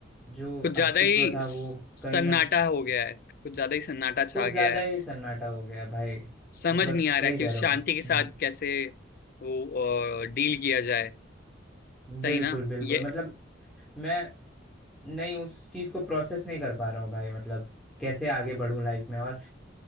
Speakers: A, in the centre; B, on the left (about 50°).
A: जो
B: कुछ ज्यादा
A: अस्तित्व
B: ही
A: था
B: स-
A: वो
B: सन्नाटा
A: कहीं ना
B: हो गया है कुछ ज्यादा ही सन्नाटा छा
A: कुछ
B: गया
A: ज्यादा
B: है
A: ही सन्नाटा हो गया भाई
B: समझ
A: मतलब
B: नहीं आ रहा
A: सही
B: कि
A: कह
B: उस
A: रहे
B: शांति
A: हो हम्म
B: के साथ कैसे वो डील किया जाए सही
A: बिल्कुल
B: ना
A: बिल्कुल
B: ये
A: मतलब मैं नहीं उस चीज को प्रोसेस नहीं कर पा रहा हूँ भाई मतलब कैसे आगे बढ़ूं लाइफ में और